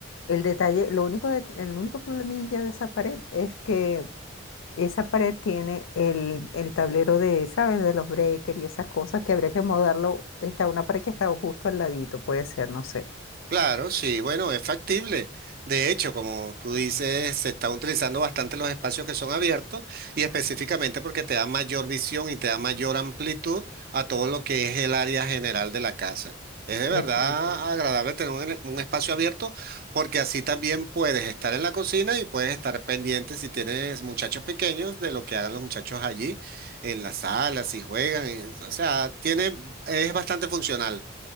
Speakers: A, on the left (about 80°); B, on the right (about 50°).
A: El detalle, lo único de- el único problemilla de esa pared es que esa pared tiene el, el tablero de, ¿sabes? De los breakers y esas cosas que habría que modarlo. Está una pared que está justo al ladito, puede ser, no sé.
B: Claro, sí, bueno, es factible. De hecho, como tú dices, se están utilizando bastante los espacios que son abiertos y específicamente porque te da mayor visión y te da mayor amplitud a todo lo que es el área general de la casa. Es de verdad
A: Exacto.
B: agradable tener un, ele- un espacio abierto porque así también puedes estar en la cocina y puedes estar pendiente si tienes muchachos pequeños de lo que hagan los muchachos allí en la sala, si juegan. eh, O sea, tiene, es bastante funcional.